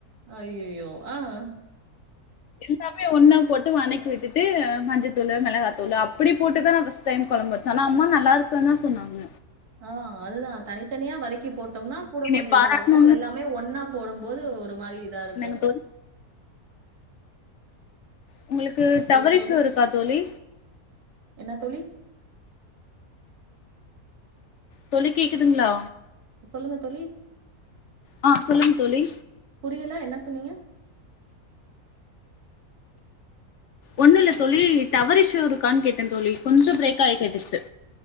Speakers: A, on the right; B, on the left.
A: அய்யயோ ஆஹ்
B: எல்லாமே ஒண்ணா போட்டு வனக்கி விட்டுட்டு மஞ்சத்தூள், மிளகாத்தூள் அப்புடி போட்டுதா நா பர்ஸ்ட் டைம் குழம்பு வச்சே ஆனா அம்மா நல்லாருக்குன்னு தா சொன்னாங்க.
A: அ அதுதா தனித் தனியா வத க்கி போட்டோம்னா கூட
B: என்னைய
A: கொஞ்சோ
B: பாராட்ணுன்னு
A: இதா இருக்கு எல்லாமே ஒன்னா போடும்போது ஒரு மாறி இதாருக்கு
B: என்னங்க தோழி உங்களுக்கு டவர்
A: சொல்லுங்க
B: இஷ்யூ
A: தோழி.
B: இருக்கா தோழி
A: என்ன தோழி
B: தோழி கேக்குதுங்களா
A: சொல்லுங்க தோழி.
B: ஆ சொல்லுங்க தோழி
A: புரியல என்ன சொன்னீங்க
B: ஒண்ணு இல்ல தோழி. டவர் இஸ்யூ இருக்கான்னு கேட்டே தோழி. கொஞ்சோ பிரேக்காயி கேட்டுச்சு.